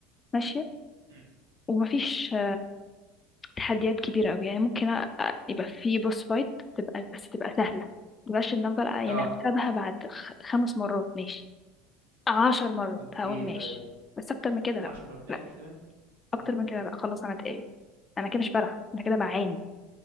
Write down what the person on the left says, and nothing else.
ماشيه
ومفيش تحديات كبيرة أوي يعني ممكن أ- أ- يبقى في بوس فايت تبقى بس تبقى سهلة مبقاش إن أفضل يعني
أكسبها بعد خ- خمس مرات ماشي عشر مرات
هقول ماشي
بس أكتر من كده لأ
لأ
أكتر
من كده
لأ خلاص أنا اتقل أنا كده مش بلعب أنا كده بعاني